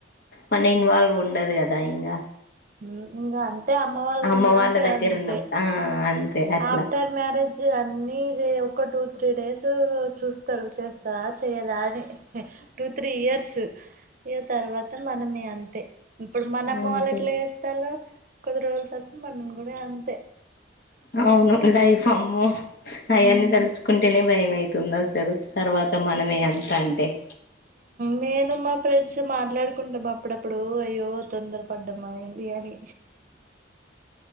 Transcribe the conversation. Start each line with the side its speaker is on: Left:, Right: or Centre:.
Left: మన ఇన్వాల్వ్ ఉండదు కదా ఇంకా.
Right: ఉమ్ ఇంగా అం అంటే అమ్మ వాళ్ళు
Left: అమ్మ
Right: ఉన్నారంటే
Left: వాళ్ళ దగ్గర
Right: అంతే.
Left: ఉన్నప్పుడు ఆ అంతే అట్లా
Right: ఆఫ్టర్ మ్యారే. నన్వేజ్ అన్ని ఒక టూ త్రీ డేస్ చూస్తారు చేస్తారా చేయదా అని టు త్రీ ఇయర్స్ ఇగా తర్వాత మనమే అంతే ఇప్పుడు మనమ్మ
Left: అంతే
Right: వాళ్ళు ఎట్లా చేస్తల్లో కొద్ది రోజుల తర్వాత మరి నువ్వు కూడా అంతే
Left: అవును లైఫ్ అమ్మో అయన్నీ
Right: మ్
Left: తలుచుకుంటేనే భయమైతుంది అసలు తర్వాత మనమే అంత అ హా
Right: నేను మా ఫ్రెండ్స్ మాట్లాడుకుంటాం అప్పుడప్పుడు అయ్యో తొందర పడ్డమా ఏంది అని